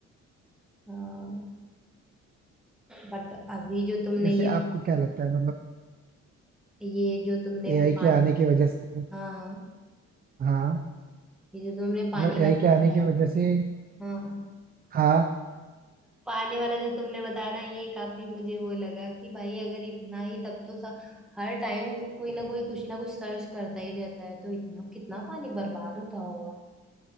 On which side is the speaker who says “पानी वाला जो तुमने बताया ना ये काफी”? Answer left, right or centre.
Centre